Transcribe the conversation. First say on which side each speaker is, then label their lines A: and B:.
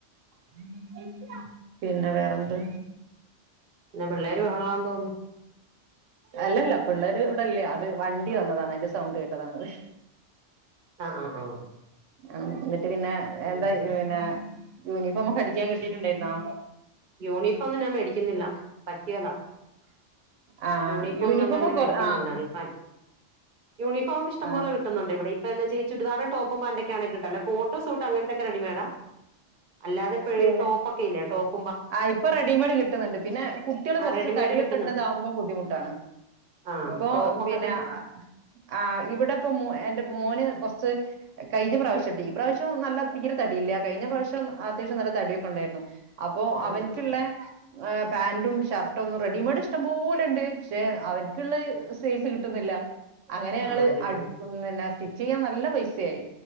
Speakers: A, on the right; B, on the right.
A: <inaudible> പിന്നെ വേറെന്ത്
B: പിന്നെ പിള്ളേര് ബഹളം ആന്ന് തോന്നുന്നു
A: അല്ലല്ല പിള്ളേര് ഇവിടല്ല്യ അത് വണ്ടിവന്നതാണ് അയിന്റെ സൗണ്ട്കേട്ടതാണത്
B: ആഹ് ആഹ് ആഹ്
A: ആഹ് എന്നിട്ട് പിന്നെ എന്തായിപിന്നെ
B: ആ
A: യൂനിഫോമൊക്കെ അടിക്ക്യാൻ കിട്ടീട്ട്ണ്ടായിരുന്നോ
B: യൂണിഫോംന്ന് ഞാൻ മേടിക്കുന്നില്ല പറ്റിയാല്ല
A: ആഹ്
B: യൂണിഫോംന്നങ്ങനെ
A: യൂണിഫോം ഒക്കെ
B: മേടിക്കുന്നില്ല
A: ആഹ്
B: ഇപ്പൻ യൂണിഫോമ് ഇഷ്ടം
A: ആഹ്
B: പോലെ കിട്ടുന്നുണ്ട് ഇവിടെ ഇപ്പ എന്നച്ചാ ചുരിദാറ് ടോപ്പും പാൻന്റോക്കാണ്കിട്ട അല്ല കോട്ടുംസൂട്ടും അങ്ങെ അതക്കെറെഡിമേഡ അല്ലാതെപ
A: പിന്നെ
B: ഈ ടോപ്ക്കെഇല്ലേ ടോപ്പ്
A: ആഹ് ഇപ്പറെഡിമെയഡ്കിട്ടുന്ന്ണ്ട് പിന്നെ കുട്ട്യള്കൊറച്ച്തടിയൊക്കെ
B: ആ റെഡിമെയ്ഡ് കിട്ടുന്നു
A: ഇള്ളതാവുമ്പംബുദ്ധിമുട്ടാണ്
B: ആ
A: ഇപ്പൊ
B: ടോപ്പൊക്കെ
A: പിന്നെ ആഹ് ആഹ് ഇവിടെ പ്പൊ മോ എന്റെമോന് കൊർച്ച് കഴിഞ്ഞ പ്രാവശ്യട്ടോ. ഈ പ്രാവശ്യം നല്ല തീരെ തടിയില്ല. കഴിഞ്ഞ പ്രാവശ്യം അത്യാവശ്യം നല്ല തടിയൊക്കെ ഉണ്ടായിരുന്നു അപ്പ അപ്പൊ
B: ആ
A: അവന്ക്ക്ള്ള
B: ആ
A: ആഹ് പാന്റും ഷർട്ടൊന്നും റെഡിമെയ്ഡ് ഇഷ്ടംപോലെണ്ട്. പക്ഷെ അവന്ക്ക്ള്ള സൈസ് കിട്ടുന്നില്ല. അങ്ങനെ ഞങ്ങള്
B: ആ ആ കിട്ടുന്നെ
A: അടുക്കുന്നന്നെ സ്റ്റിച്ച് ചെയ്യാൻ നല്ല പൈസയായി.